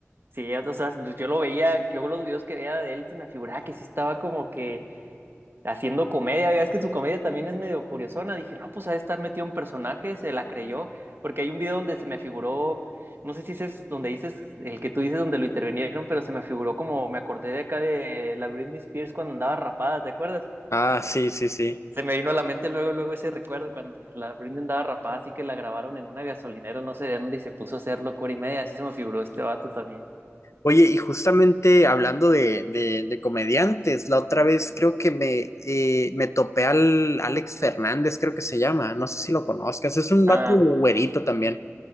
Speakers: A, on the right; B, on the left.
A: Sí, o sea, yo lo veía, yo los videos que veía de él se me figuraba que sí estaba como que haciendo comedia, veas que su comedia también es medio curiosona, dije, no, pues ha de estar metido en personajes, se la creyó, porque hay un video donde se me figuró, no sé si ese es donde dices, el que tú dices donde lo intervinieron, pero se me figuró como, me acordé de acá de la Britney Spears cuando andaba rapada, ¿te acuerdas?
B: Ah, sí, sí, sí.
A: Se me vino a la mente luego, luego ese recuerdo cuando la Britney andaba rapada, así que la grabaron en una gasolinera, no sé de dónde, y se puso a hacer locura y media, así se me figuró este vato también.
B: Oye, y justamente hablando de, de- de comediantes, la otra vez creo que me, eh, me topé al Alex Fernández, creo que se llama, no sé si lo conozcas, es un vato
A: Ah.
B: güerito también.